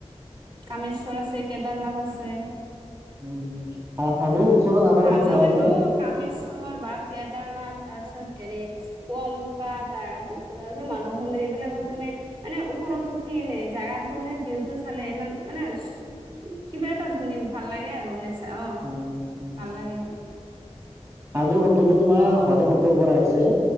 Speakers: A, on the right; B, on the right.
A: কামেশ্বৰ আছে, কেদাৰনাথ আছে।
B: উম, হা-হাজোৰ ওচৰত আৰু
A: হাজো
B: অকণ ঠাই
A: কিন্তু
B: আছে।
A: কামেশ্বৰ বা কেদাৰনাথ তাৰপিছত হেৰি পোৱামোক্কা তাৰপিছত আৰু যে মাধৱ মন্দিৰ এইবিলাকত তুমি মানে ওপৰত উঠি এনে জাগাটো মানে ভিউটো চালে ইমান মানেচ কিবা এটা ধুনীয়া ভাল লাগে আৰু নেচা অ'
B: উম। উম।
A: ভাল লাগে।
B: হাজো শব্দটো তোমাৰ হদ শব্দৰ পৰা আহিছে আ,